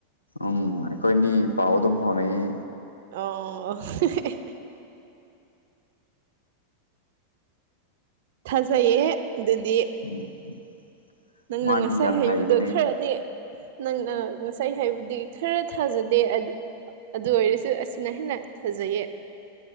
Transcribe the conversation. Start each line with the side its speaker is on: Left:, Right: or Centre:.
Left: ꯎꯝ ꯑꯩꯈꯣꯏꯅꯤ ꯄꯥꯎ ꯑꯗꯨꯝ ꯐꯥꯎꯅꯩꯑ
Right: ꯑꯣ ꯍꯦ ꯍꯦ ꯊꯥꯖꯩꯌꯦ ꯑꯗꯨꯗꯤ
Left: ꯎꯝ
Right: ꯅꯪꯅ
Left: ꯃꯥꯗꯤ
Right: ꯉꯁꯥꯏ
Left: ꯌꯥꯝ
Right: ꯍꯩꯕꯗꯣ
Left: ꯅꯩꯕꯅꯦ
Right: ꯈꯔꯅꯤ ꯅꯪ ꯉꯁꯥꯏ ꯍꯥꯏꯕꯗꯤ ꯈꯔ ꯊꯥꯖꯗꯦ ꯑꯗꯨ ꯑꯣꯏꯔꯁꯨ ꯑꯁꯤꯅ ꯍꯦꯟꯅ ꯊꯥꯖꯩꯌꯦ